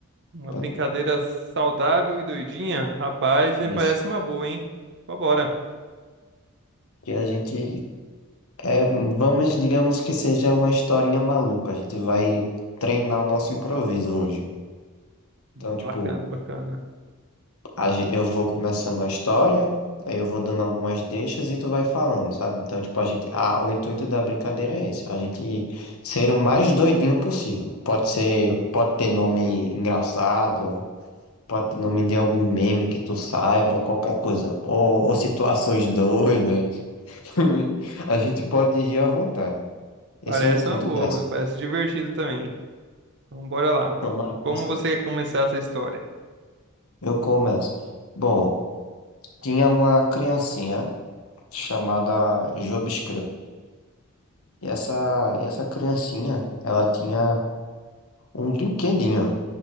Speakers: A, on the right (about 55°); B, on the left (about 85°).
A: Uma
B: Eu-
A: brincadeira saudável e doidinha? Rapaz,
B: Isso.
A: me parece uma boa, hein? Vambora.
B: E a gente é, vamos, digamos que seja uma historinha maluca. A gente vai treinar o nosso improviso hoje.
A: Bacana,
B: Então, tipo,
A: bacana.
B: A gen- Eu vou começando a história, aí eu vou dando algumas deixas e tu vai falando, sabe? Então, tipo, a gente. Ah, o intuito da brincadeira é esse, a gente ser o mais doidinho possível. Pode ser, pode ter nome engraçado, pode ter nome de algum meme que tu saiba, qualquer coisa. Ou, ou situações doidas. <laughs> A gente pode rir à vontade. Esse
A: Parece
B: é o intuito
A: uma boa,
B: dessa.
A: mano. Parece divertido também. Então, bora lá.
B: Tomara
A: Como
B: que sim.
A: você quer começar essa história?
B: Eu começo. Bom, tinha uma criancinha chamada Jobs E essa, e essa criancinha, ela tinha um brinquedinho.